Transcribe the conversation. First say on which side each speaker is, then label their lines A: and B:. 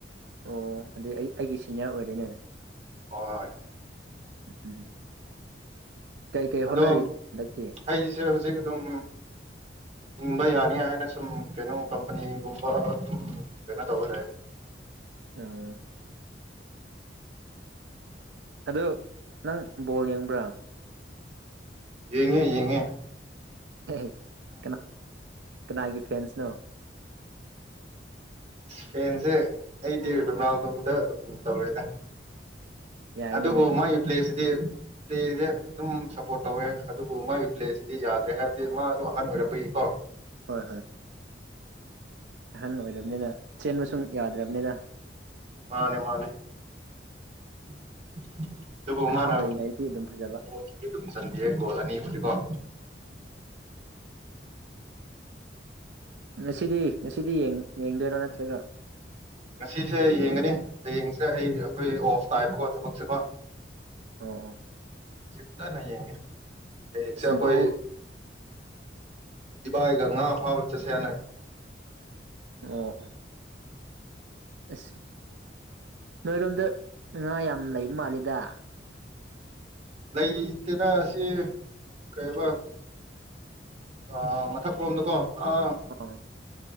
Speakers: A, on the right; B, on the right.
A: ꯑꯣ ꯑꯗꯨꯗꯩ ꯑꯩ ꯑꯩꯒꯤ ꯁꯤꯅꯤꯌꯥꯔ ꯑꯣꯏꯔꯦꯅꯦ
B: ꯍꯣꯏ
A: ꯎꯝ ꯀꯩ ꯀꯩ
B: ꯑꯗꯣ
A: ꯍꯣꯠꯅꯔꯤ ꯍꯟꯗꯛꯇꯤ
B: ꯑꯩꯒꯤꯁꯦ ꯍꯧꯖꯤꯛ ꯑꯗꯨꯝ ꯍꯤꯡꯕ ꯌꯥꯅꯤ ꯍꯥꯏꯅ ꯁꯨꯝ ꯀꯩꯅꯣ ꯀꯝꯄꯅꯤꯒꯨꯝꯕ ꯑꯗꯨꯝ ꯀꯩꯅꯣ ꯇꯧꯍ ꯂꯩ
A: ꯑꯥ ꯑꯗꯨ ꯅꯪ ꯕꯣꯜ ꯌꯦꯡꯕ꯭ꯔꯥ
B: ꯌꯦꯉꯦ ꯌꯉꯦ
A: ꯑꯦ ꯀꯅꯥ ꯀꯅꯥꯒꯤ ꯐꯦꯟꯁꯅꯣ
B: ꯐꯦꯟꯁꯦ ꯑꯩꯗꯤ ꯔꯣꯅꯥꯜꯗꯣꯗ ꯑꯗꯨꯝ ꯇꯧꯔꯦꯗ
A: ꯌꯥꯏꯅꯦ
B: ꯑꯗꯨꯕꯨ
A: ꯑꯗꯨꯗꯤ
B: ꯃꯥꯒꯤ ꯄ꯭ꯂꯦꯁꯤ ꯗꯤ ꯄ꯭ꯂꯦꯁꯦ ꯑꯗꯨꯝ ꯁꯞꯄꯣꯔꯠ ꯇꯧꯋꯦ ꯑꯗꯨꯕꯨ ꯃꯥꯒꯤ ꯄ꯭ꯂꯦꯁꯤꯗꯤ ꯌꯥꯗ꯭ꯔꯦ ꯍꯥꯏꯕꯗꯤ ꯃꯥꯗꯣ ꯑꯍꯟ ꯑꯣꯏꯔꯛꯄꯒꯤꯀꯣ
A: ꯍꯣꯏ ꯍꯣꯏ ꯑꯍꯟ ꯑꯣꯏꯔꯕꯅꯤꯅ ꯆꯦꯟꯕ ꯁꯨꯝ ꯌꯥꯗ꯭ꯔꯕꯅꯤꯗ
B: ꯃꯥꯅꯦ ꯃꯥꯅꯦ <inaudible> <unintelligible> ꯑꯗꯨꯕꯨ ꯃꯥꯅ
A: ꯑꯣꯏꯔꯤꯉꯩꯗꯤ ꯑꯗꯨꯝ ꯐꯖꯕ
B: ꯒꯣꯜꯕꯨꯗꯨ ꯑꯗꯨꯝ ꯆꯪꯒꯤ ꯒꯣꯜ ꯑꯅꯤ ꯁꯤ ꯀꯣ <inaudible> <unintelligible> <inaudible> <unintelligible>
A: ꯃꯦꯁꯤꯗꯤ ꯉꯁꯤꯗꯤ ꯌꯦꯡꯗꯣꯏꯔꯣ ꯅꯠꯇ꯭ꯔꯒ
B: ꯉꯁꯤꯁꯦ ꯌꯦꯡꯒꯅꯤ ꯍꯌꯦꯡꯁꯦ ꯑꯩ ꯑꯩꯈꯣꯏ ꯑꯣꯐ ꯇꯥꯏꯕꯀꯣ ꯊꯕꯛꯁꯦꯀꯣ
A: ꯑꯣ ꯑꯣ
B: ꯁꯤꯗꯅ ꯍꯥꯏꯒꯦ <inaudible> <unintelligible> ꯍꯌꯦꯪꯁꯦ
A: ꯑꯁ
B: ꯑꯩꯈꯣꯏ
A: ꯕꯣꯜ
B: ꯏꯕꯥꯏꯒ ꯉꯥ ꯐꯥꯕ ꯆꯠꯁꯦꯅ
A: ꯑꯥ ꯑ ꯏꯁ ꯅꯣꯏꯔꯣꯝꯗ ꯉꯥ ꯌꯥꯝ ꯂꯩꯕ ꯃꯥꯜꯂꯤꯗ
B: ꯂꯩꯇꯦꯗ ꯑꯁꯤ ꯀꯩꯕ ꯑꯥ ꯃꯊꯛ ꯂꯣꯝꯗꯀꯣ ꯑꯥ
A: ꯑꯣ